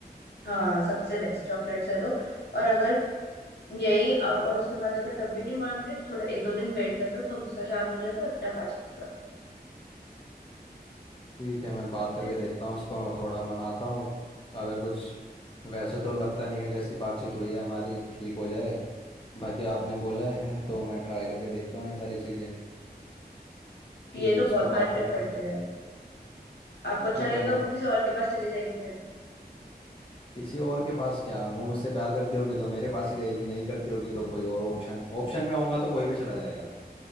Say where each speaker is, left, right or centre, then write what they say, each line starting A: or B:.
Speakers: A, on the left; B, on the left.
A: हाँ सबसे बेस्ट चॉकलेट्स दे दो और अगर यही अब- और उसके बाद अगर तब भी नहीं मान रहे तो थोड़ा एक दो दिन वेट कर लो तो गुस्सा शांत हो जाएगा अपने आप आ जाएगा
B: ठीक है मैं बात
A: समझे
B: करके देखता हूँ उसको थोड़ा मनाता हूँ अगर कुछ वैसे तो लगता नहीं है जैसी बातचीत हुई है हमारी ठीक हो जाए बाकी आपने बोला है तो मैं ट्राई करके देखता हूँ ये सारी चीज़ें कि
A: ये तो
B: इसको
A: बहुत मैटर
B: बात करता
A: करते
B: हूँ जाके
A: हैं आपको अच्छा
B: ठीक
A: लगेगा
B: है मैं
A: वो किसी और के पास चली जाएगी फिर
B: किसी और के पास क्या वो मुझसे प्यार करती होगी तो मेरे पास ही रहेगी नहीं करती होगी तो कोई और ऑप्शन ऑप्शन में होऊंगा तो कोई भी चला जाएगा